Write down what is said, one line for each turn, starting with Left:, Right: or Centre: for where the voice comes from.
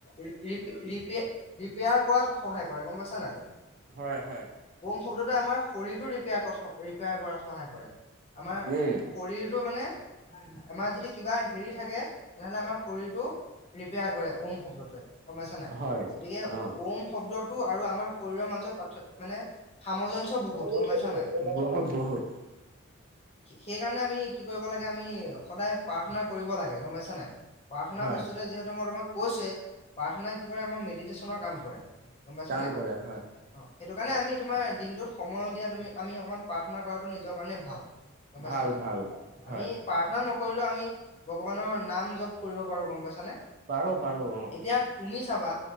Left: ৰিপেয়াৰ কৰাত সহায় কৰে গম পাইছা নাই।
Right: হয়, হয়।
Left: শব্দটো আমাৰ শৰীৰটোৰ প, কৰাত সহায় কৰে। আমাৰ
Right: উম
Left: শৰীৰটো মানে আমাৰ যদি কিবা হেৰি থাকে, তেনেহলে আমাৰ শৰীৰটো ৰিপেয়াৰ কৰে, ওম শব্দটোৱে। গমাইছা নাই,
Right: হয়
Left: গতিকে
Right: অ'।
Left: ওম শব্দটো আৰু আমাৰ শৰীৰৰ মাজৰ পা, মানে সামঞ্জস্য বহুত
Right: ম, বুত
Left: গম পাইছা
Right: বহুত, বহুত
Left: সেই কাৰণে আমি কি কৰিব লাগে, আমি সদায় প্ৰাৰ্থনা কৰিব লাগে, গম পাইছা নে। প্ৰাৰ্থ
Right: হয়
Left: বস্তু যিহেতু তোমাক কৈচোৱে প্ৰাথনা কি কৰে আমাৰ মেদিতেচোন কাম কৰে। গম পাইছানে
Right: কাম কৰে হয়।
Left: অ সেইটো কাৰণে আমি তোমাৰ দিনটোত সময় উলিয়াই তুমি আমি অকণমান প্ৰাৰ্থনা কৰাটো নিজৰ কাৰণে ভাল। গম
Right: ভাল
Left: পাইছা নাই,
Right: ভাল হয়
Left: আমি প্ৰাৰ্থনা ন কৰিলো আমি ভগৱানৰ নাম জপ কৰিব পাৰো গম পাইছানে।
Right: পাৰো, পাৰো অ'।
Left: এতিয়া তুমি চাবা